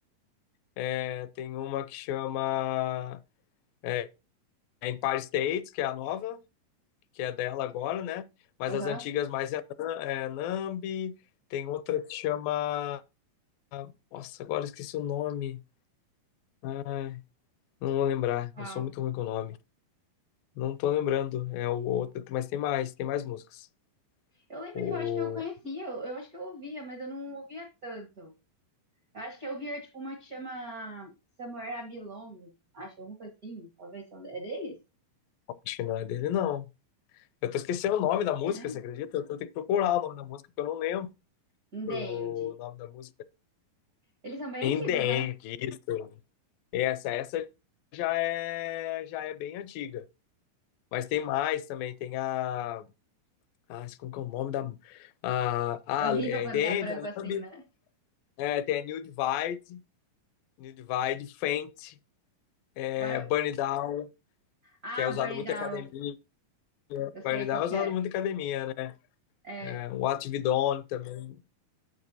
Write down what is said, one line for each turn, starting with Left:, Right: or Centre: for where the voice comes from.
Left: É, tem uma que chama é, Empire States, que é a nova, que é dela agora, né? Mas
Right: Aham.
Left: as antigas mais é, Nam- é Nambi. Tem outra que chama. Nossa, agora eu esqueci o nome. ah, Não vou lembrar,
Right: Qual?
Left: eu sou muito ruim com o nome. Não tô lembrando, é o outro, mas tem mais, tem mais músicas.
Right: Eu lembro
Left: O
Right: que eu acho que eu conhecia, eu, eu acho que eu ouvia, mas eu não ouvia tanto. Eu acho que eu ouvia, tipo, uma que chama Somewhere I Belong, acho, alguma coisa assim, talvez, são, é deles?
Left: acho que não é dele, não. Eu tô esquecendo o nome da
Right: Quem
Left: música,
Right: é?
Left: você acredita? Eu tô tendo que procurar o nome da música, porque eu não lembro
Right: In
Left: o
Right: The End.
Left: nome da música.
Right: Eles são bem
Left: In
Right: antigos,
Left: the End,
Right: né?
Left: isso. Essa, essa já é, já é bem antiga. Mas tem mais também, tem a... Ah, como que é o nome da... Ah,
Right: É horrível
Left: ah é
Right: quando
Left: In the
Right: dá branco
Left: End, a
Right: assim,
Left: Numb,
Right: né?
Left: é, tem a New Divide, New Divide, Faint, é,
Right: What a-
Left: Burn It Down,
Right: Ah,
Left: que é usado
Right: Burn It
Left: muito
Right: Down,
Left: em academia,
Right: eu sei
Left: Guarnidal
Right: qual que
Left: é usado
Right: é.
Left: muito em academia,
Right: É,
Left: né? O Atividone também.